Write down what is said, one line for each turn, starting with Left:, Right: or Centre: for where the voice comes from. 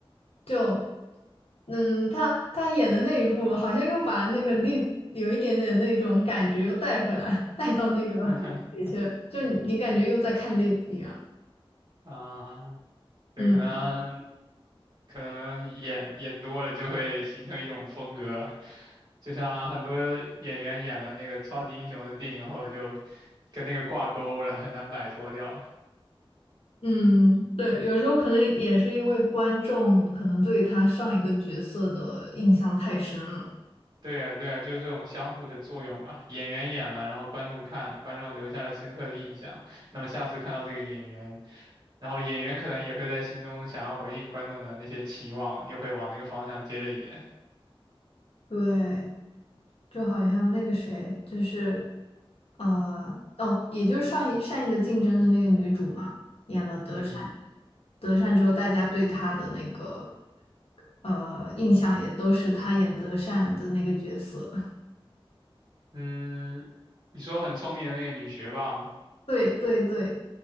Left: 就，嗯，他他演的那一部好像又把那个 l i v e 有一点点那种感觉又带回来，带到那个
Right: <laughs>
Left: 里去，就你感觉又在看 l i v e 一样。
Right: 啊，对，
Left: 嗯。
Right: 可能可能演演多了就会形成一种风格，就像很多演员演了那个超级英雄的电影后，就跟那个挂钩了，很难摆脱掉。
Left: 嗯，对，有时候可能也是因为观众可能对他上一个角色的印象太深了，
Right: 对啊，对啊，就是这种相互的作用嘛。演员演了，然后观众看了，观众留下了深刻的印象。那么下次看到这个演员，然后演员可能也会在心中想要回应观众的那些期望，又会往那个方向接着演。
Left: 对，就好像那个谁，就是，呃，哦，也就是上一《善意的竞争》的那个女主嘛，演了德善，
Right: 嗯
Left: 德善之后，大家对她的那个呃印象也都是她演德善的那个角色。<laughs>
Right: 嗯，你说很聪明的那个女学霸吗？
Left: 对对对，